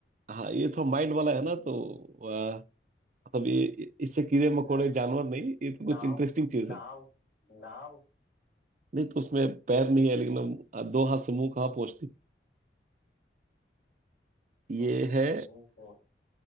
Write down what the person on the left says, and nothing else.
अ,
नाव
नाव नाव
अ,
मुंह पोंछ